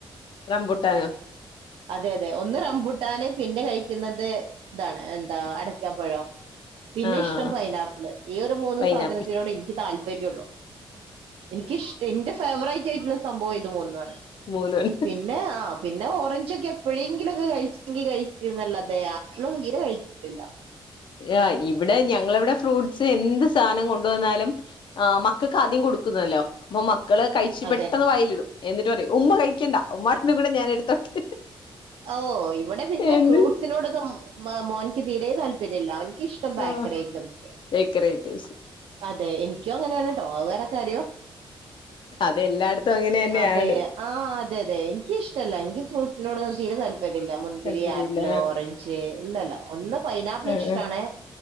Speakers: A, on the left; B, on the right.
A: റംമ്പുട്ടാനോ
B: അതെ അതെ ഒന്ന് റംമ്പുട്ടാന്, പിന്നെ കഴിക്കുന്നത് ഇതാണ്, എന്താ അടക്കാപ്പഴം. പിന്നെ
A: ആഹ്
B: ഇഷ്ടം പൈനാപ്പിള്. ഈ ഒരു മൂന്ന്
A: പൈനാപ്പിൾ
B: സാധനത്തിനോടെ എനിക്ക് താല്പര്യം ഒള്ളു. എനിക്ക് ഇഷ്ടം എന്റെ ഫേവറേറ്റ് ആയിട്ടുള്ള സംഭവം ഇത് മൂന്നാണ്.
A: മൂന്നെണ്ണം
B: പിന്നെ ആ പിന്നെ ഓറഞ്ച് ഓറഞ്ചൊക്കെ എപ്പോഴെങ്കിലൊക്കെ കഴിച്ചെങ്കിൽ കഴിച്ചെന്നല്ലാതെ ആപ്പിൾ ഒന്നും തീരെ കഴിച്ചിട്ടില്ല
A: ആ ഇവിടെ ഞങ്ങളെ ഇവിടെ ഫ്രൂട്ട്സ് എന്ത് സാധനം കൊണ്ട വന്നാലും ആഹ് മ മക്കൾക്ക് ആദ്യം കൊടുക്കുന്നല്ലോ അപ്പൊ മക്കള് കഴിച്ചു
B: അതെ
A: പെട്ടെന്ന് വായിലിടും. എന്നിട്ട് പറയും. ഉമ്മ കഴിക്കണ്ട ഉമ്മാൻ്റെയും കൂടെ ഞാന് എടുേത്താട്ടെന്ന്
B: ഓ ഇവിടെ പിന്നെ
A: എന്ന്
B: ഫ്രൂട്ട്സിനോടൊന്നും മോനിക്ക് തീരെ താല്പര്യമില്ല. അവൻ ഇഷ്ടം ബേക്കറി
A: ആഹ്
B: ഐറ്റംസ്.
A: ഡെക്കറേറ്റീവ്സ്
B: അതെ എനിക്കും അങ്ങനെയാണ് ട്ടോ. അത് വേറെ കാര്യം.
A: അതെല്ലായിടത്തും അങ്ങനെ തന്നെയാണ്
B: അതെ ആഹ് അതെ അതെ, എനിക്ക്ഷ്ടല്ല എനിക്ക് ഫ്രൂട്സിനോടൊന്നും തീരെ താൽ പര്യമില്ല. മുന്തിരി,
A: താല്പര്യമില്ല
B: ആപ്പിള്, ഓറഞ്ച് ഇല്ലല്ല, ഒന്ന് പൈനാപ്പിൾ
A: ആഹ് ആഹ്
B: ഇഷ്ടാണേ
A: ആഹ്